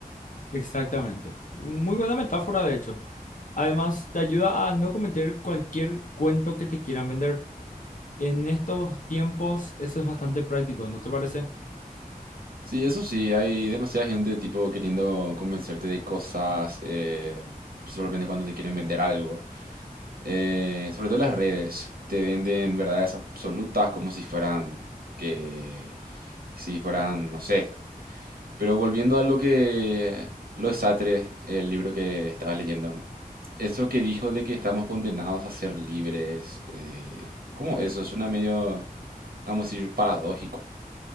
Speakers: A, on the left (about 60°); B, on the right (about 80°).
A: Exactamente. Muy buena metáfora, de hecho. Además, te ayuda a no cometer cualquier cuento que te quieran vender. En estos tiempos, eso es bastante práctico, ¿no te parece?
B: Sí, eso sí, hay demasiada gente tipo queriendo convencerte de cosas, eh, principalmente cuando te quieren vender algo. Eh, sobre todo las redes te venden verdades absolutas como si fueran que, si fueran, no sé. Pero volviendo a lo que, lo de Sartre, el libro que estabas leyendo, eso que dijo de que estamos condenados a ser libres, eh, ¿cómo eso? Suena medio, vamos a decir, paradójico.